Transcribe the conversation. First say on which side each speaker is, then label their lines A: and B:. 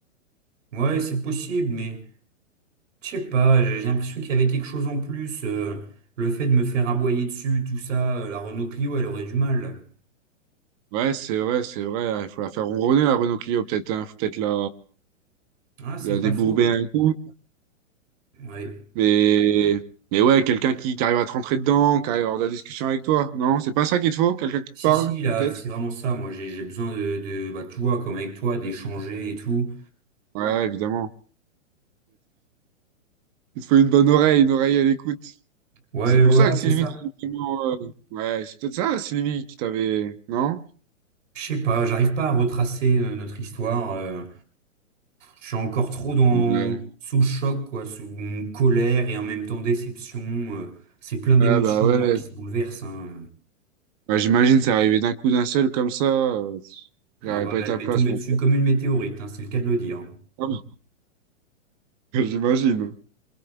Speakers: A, on the right (about 70°); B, on the right (about 30°).
A: ouais, c'est possible, mais. Je sais pas, j'ai j'ai l'impression qu'il y avait quelque chose en plus. euh, le fait de me faire aboyer dessus, tout ça, euh, la Renault Clio, elle aurait du mal.
B: Ouais, c'est vrai, c'est vrai. hein. Il faut la faire ronronner, la Renault Clio, peut-être. hein. Faut peut-être la...
A: Ah, c'est
B: la débourber
A: pas faux.
B: un coup.
A: Ouais.
B: Mais. Mais ouais, quelqu'un qui, qui arrive à te rentrer dedans, qui arrive à avoir de la discussion avec toi. Non, c'est pas ça qu'il te faut? Quelqu'un qui
A: Si,
B: te parle,
A: si, là,
B: peut-être?
A: c'est vraiment ça. Moi, j'ai j'ai besoin de, de- bah, tu vois, comme avec toi, d'échanger et tout.
B: Ouais, évidemment. Il te faut une bonne oreille, une oreille à l'écoute.
A: Ouais,
B: C'est pour
A: voilà,
B: ça que Sylvie,
A: c'est ça.
B: t'avais vraiment, euh, ouais, c'est peut-être ça, Sylvie, qui t'avait, non?
A: Je sais pas, j'arrive pas à retracer euh, notre histoire. euh, je suis encore trop dans,
B: Ouais.
A: sous le choc, quoi, sous une colère et en même temps déception. euh, c'est plein d'émotions,
B: Ah bah ouais.
A: moi, qui se bouleversent. hein.
B: Bah, j'imagine, c'est arrivé d'un coup d'un seul comme ça. euh, J'aurais
A: Ah bah,
B: pas été
A: elle
B: à
A: m'est
B: place,
A: tombée
B: mon
A: dessus comme une météorite, hein, c'est le cas de le dire.
B: pauvre. <laughs> J'imagine.